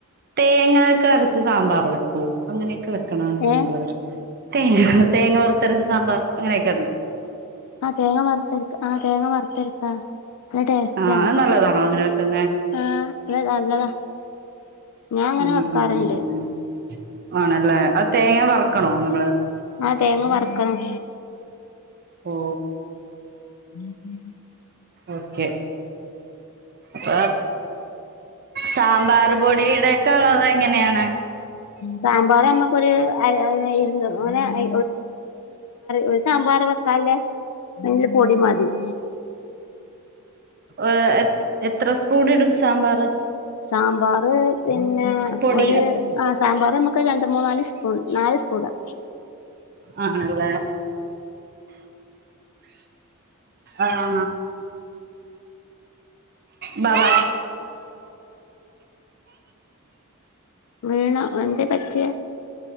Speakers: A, on the right; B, on the left.
A: തേങ്ങൊക്കെ വരച്ച് സാമ്പാർ വെക്ക അങ്ങനെയൊക്കെ വെക്കണംച്ചിലർ
B: ഏഹ്
A: - തേങ്ങ തേങ്ങ വറത്തെരച്ച സാമ്പാർ അങ്ങനെയൊക്കെരുന്നു
B: ആഹ് തേങ്ങ വറുത്തര ആഹ തേങ്ങ വറുത്തെരക്കാ നല്ല ടേസ്റ്റ്
A: ആഹ്
B: ആണ്.
A: അത് നല്ലതാണോ അങ്ങനെ വെക്കുന്നെ
B: ആ് അ നല്ലതാ ഞാൻ അങ്ങനെ
A: ഉം
B: വെക്കാറുണ്ട്
A: ഉം ആണല്ലേ ആ തേങ്ങ വറക്കണോ നമ്മള്
B: ആ തേങ്ങ വറക്കണം
A: ഓ
B: ഉം ഉം
A: ഓക്കെ അപ്പ സാമ്പാർ പൊടി ടെക്കെ അളവെ എങ്ങനെയാണ്
B: സാമ്പാർ നമ്മക്കൊരു ഇരുന്ന് അങ്ങനെ ഒരു സാമ്പാർ ട്ടാലെഅയ്ന് പൊടി മതി -
A: ഏ എ എത്ര സ്പൂൺ ഇടും സാമ്പാറ്
B: സാമ്പാറ് പിന്നെ ആ
A: പൊടി
B: ഒരു ആ സാമ്പാർ നമക്ക് രണ്ട് മൂന്ന നാല് സ്പൂൺ നാല് സ്പൂൺ ഡാ
A: ആണല്ലേ ആഹ ബബ <inaudible>
B: വീണോഎന്തെ പറ്റിയെ